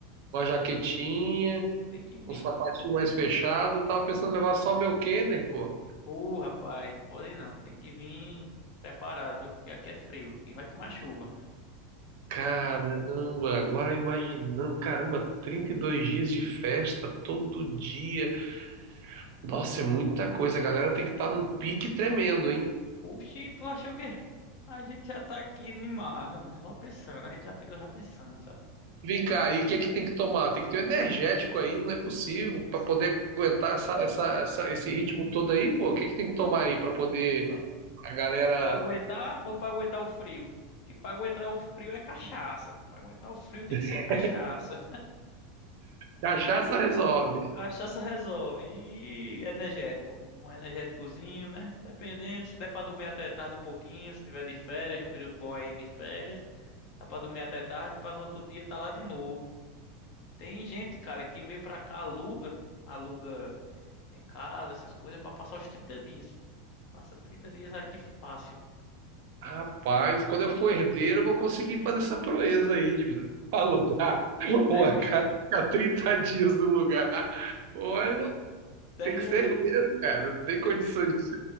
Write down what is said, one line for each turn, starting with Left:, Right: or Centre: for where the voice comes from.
Right: uma jaquetinha,
Left: Tem que vir.
Right: um sapatinho mais fechado. Eu Tava pensando em levar só meu Kenner, pô.
Left: Ô, rapaz, não pode não, tem que vir preparado, viu? Porque aqui é frio e vai tomar chuva.
Right: Caramba, agora imaginando, caramba, 32 dias de festa todo dia. Nossa, é muita coisa. A galera tem que estar num pique tremendo, hein?
Left: Oxi, tu achou que a gente já tá aqui animado, homem, só pensando, a gente já fica já pensando, sabe?
Right: Vem cá, e o que é que tem que tomar? Tem que ter um energético aí, não é possível, para poder aguentar essa, essa, essa- esse ritmo todo aí, pô. O que é que tem que tomar aí para poder
Left: Eu- ah,
Right: a galera.
Left: Pra aguentar ou pra aguentar o frio? Que pra aguentar o frio é cachaça. Pra aguentar o frio tem
Right: <laughs>
Left: que ser cachaça. Hum,
Right: Cachaça resolve.
Left: Cachaça resolve. E energético. Um energéticozinho, né? Dependendo, se der pra dormir até tarde um pouquinho, se tiver de férias, um período bom aí de férias, dá pra dormir até tarde, pra no outro dia tá lá de novo. Tem gente, cara, que vem pra cá, aluga, aluga. em casa, essas coisas, pra passar os 30 dias. Passa 30 dias aqui fácil.
Right: Rapaz, quando eu for herdeiro, eu vou conseguir fazer essa proeza aí de <laughs> alugar uma
Left: Termi-
Right: casa, ficar 30 dias no lugar. Olha,
Left: terminando
Right: tem que ser
Left: esse,
Right: herdeiro, cara, não tem condições.
Left: termi-
Right: de-